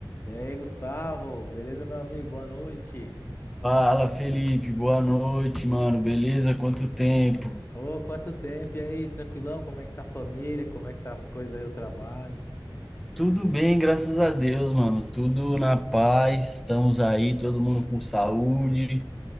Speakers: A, on the left (about 25°); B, in the centre.
A: E aí, Gustavo? Beleza, meu amigo? Boa noite.
B: Fala, Felipe, boa noite, mano. Beleza? Quanto tempo?
A: Ô, quanto tempo! E aí, tranquilão? Como é que tá a família? Como é que tá as coisas aí, o trabalho?
B: Tudo bem, graças a Deus, mano. Tudo na paz. Estamos aí, todo mundo com saúde,